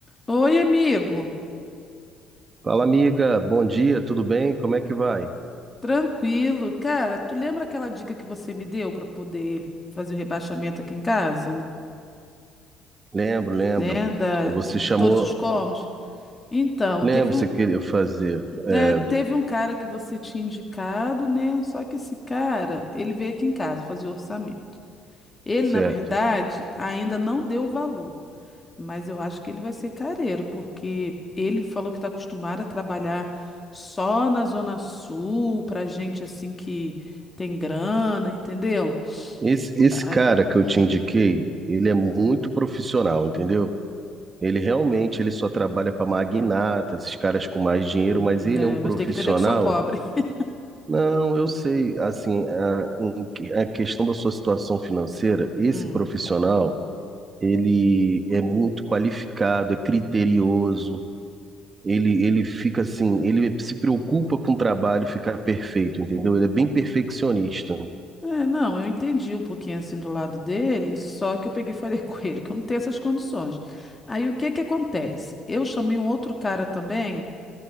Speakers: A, on the left; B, on the right.
A: Oi, amigo.
B: Fala, amiga. Bom dia, tudo bem? Como é que vai?
A: Tranquilo. Cara, tu lembra aquela dica que você me deu para poder fazer o rebaixamento aqui em casa,
B: Lembro, lembro.
A: né, da
B: Você
A: de
B: chamou.
A: todos os cômodos? Então,
B: Lembro,
A: teve um,
B: você queria fazer. É,
A: né, teve
B: do-
A: um cara que você tinha indicado, né? Só que esse cara, ele veio aqui em casa fazer o orçamento. Ele,
B: certo.
A: na verdade, ainda não deu o valor. Mas eu acho que ele vai ser careiro, porque ele falou que está acostumado a trabalhar só na Zona Sul, pra gente assim que tem grana, entendeu?
B: Esse, esse
A: Ai,
B: cara que eu
A: hum,
B: te indiquei, ele é muito profissional, entendeu? Ele realmente ele só trabalha para magnata, esses caras com mais dinheiro,
A: hum,
B: mas ele
A: é,
B: é um profissional.
A: mas tem que entender que eu sou pobre. <laughs>
B: Não, eu sei, assim, a, em que- a questão da sua situação financeira, esse
A: Hum.
B: profissional, ele é muito qualificado, é criterioso Ele, ele fica assim, ele se preocupa com o trabalho ficar perfeito, entendeu? Ele é bem perfeccionista.
A: É, não, eu entendi um pouquinho assim do lado dele, só que eu peguei e falei <laughs> com ele que eu não tenho essas condições. Aí o que que acontece? Eu chamei um outro cara também,